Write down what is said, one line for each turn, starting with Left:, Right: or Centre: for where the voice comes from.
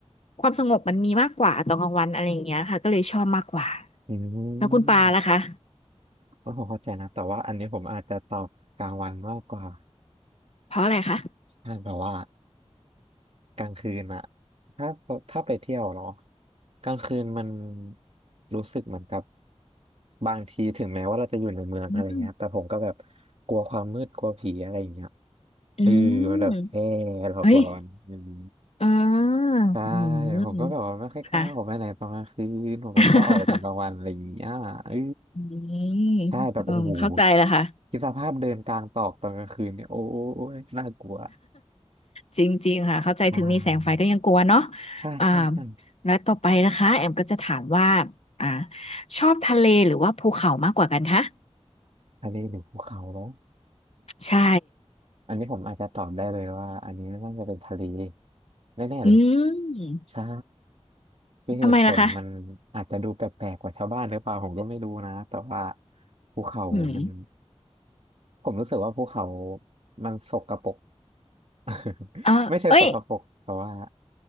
Left: ความสงบมันมีมากกว่าตอนกลางวันอะไรอย่างเงี้ยค่ะก็เลยชอบมากกว่า
Right: อืม
Left: แล้วคุณปาล่ะคะ
Right: เออผมเข้าใจนะแต่ว่าอันนี้ผมอาจจะตอบกลางวันมากกว่า
Left: เพราะอะไรคะ
Right: ใช่แบบว่ากลางคืนอะถ้าถ้าไปเที่ยวเนาะ กลางคืนมันรู้สึกเหมือนกับบางทีถึงแม้ว่าเราจะอยู่ในเมืองอะไรเงี้ยแต่ผมก็แบบ
Left: อืม
Right: กลัวความมืดกลัวผีอะไรอย่างเงี้ย
Left: อืม
Right: เออมันแบบแค่หลอกหลอนอืม
Left: เอ้ยเอออืม
Right: ใช่ผมก็แบบว่าไม่ค่อยกล้าออกไปไหนตอนกลางคืนผมก็ชอบออกไปตอนกลางวันอะไรอย่างเงี้ยเออ
Left: ค่ะ <laughs> อืม
Right: ใช่แบบโอ้โห
Left: เออเข้าใจแล้วค่ะ
Right: คิดสภาพเดินกลางตอกตอนกลางคืนเนี่ยโอ้ยน่ากลัว
Left: จริงๆ ค่ะ เข้าใจถึงมีแสงไฟก็ยังกลัวเนาะ
Right: ใช่ใช่ใช่ใช่
Left: อ่าและต่อไปนะคะแอมก็จะถามว่าอ่าชอบทะเลหรือว่าภูเขามากกว่ากันคะ
Right: ทะเลหรือภูเขาเนาะ
Left: ใช่
Right: อันนี้ผมอาจจะตอบได้เลยว่าอันนี้น่าจะเป็นทะเลแน่ๆเลย
Left: อืม
Right: ใช่คือเหตุผลมันอาจจะดูแปลกๆกว่าชาวบ้านหรือเปล่าผมก็ไม่รู้นะแต่ว่า
Left: ทำไมล่ะคะ
Right: ภูเขามัน
Left: อืม
Right: ผมรู้สึกว่าภูเขามันสกปรก <laughs>
Left: เออเอ้ย
Right: ไม่เชิงสกปรกแต่ว่า